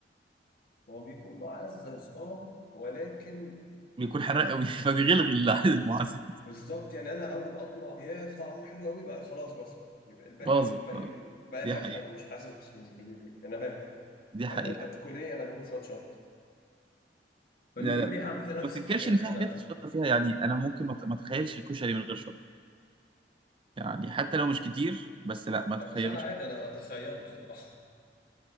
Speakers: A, on the left (about 55°); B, on the right (about 30°).
A: هو بيكون معزز اه ولكن
B: بيكون حراق قوي <laughs> فبيغلغي الع-
A: بيكون
B: المعزز
A: بالظبط يعني أنا أول أطمع يا ده طعمه حلو قوي بقى خلاص بس يبقى الباقي
B: باظت
A: الباقي
B: اه
A: باقي الأكل
B: دي حقيقة
A: أنا مش حاسس بس مش بال... أنا باكل
B: دي حقيقة
A: يعني أنت بتاكل إيه أنا باكل شوية شطة فليه
B: لا لا
A: ليه أعمل في نفسي
B: ما تنكرش
A: كده
B: ان
A: يعني
B: في حاجات
A: أنا
B: الشطة فيها يعني انا ممكن ما ت- ما اتخيلش الكشري من غير شطة يعني حتى لو مش كتير بس لا ما تخيلوش
A: لا بص أنا عادي
B: من-
A: أنا أتخيله الصراحة